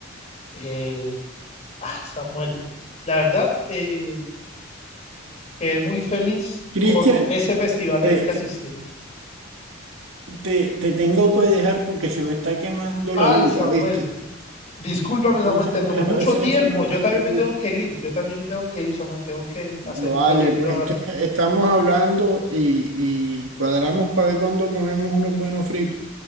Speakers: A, on the left; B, on the right.
A: eh, ah, Samuel, la verdad, eh, quedé muy feliz
B: Cristian,
A: con ese festival
B: te,
A: en el que asistí.
B: te, te, te tengo que dejar porque se me está quemando
A: Ay,
B: la yuca,
A: Samuel,
B: ¿viste?
A: discúlpame,
B: Entonces
A: Samuel, te
B: voy
A: tomé
B: a <laughs>
A: mucho
B: hacer
A: tiempo.
B: eso, no
A: Yo
B: te
A: también
B: preocupes.
A: me tengo que ir, yo también me tengo que ir, Samuel, tengo que hacer
B: Vale,
A: un proyecto
B: pues entonces
A: ahora.
B: estamos hablando y, y cuadramos para ver cuándo comemos unos buenos fritos.